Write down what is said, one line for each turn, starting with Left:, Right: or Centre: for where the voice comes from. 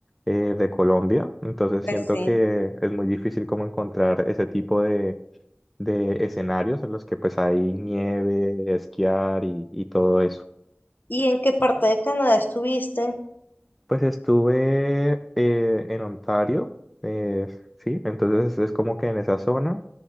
Centre: eh, de Colombia, entonces
Left: pues
Centre: siento
Left: sí.
Centre: que es muy difícil como encontrar ese tipo de escenarios en los que pues hay nieve, esquiar y, y todo eso.
Left: ¿Y en qué parte de Canadá estuviste?
Centre: Pues estuve eh, en Ontario, eh, sí, entonces es como que en esa zona.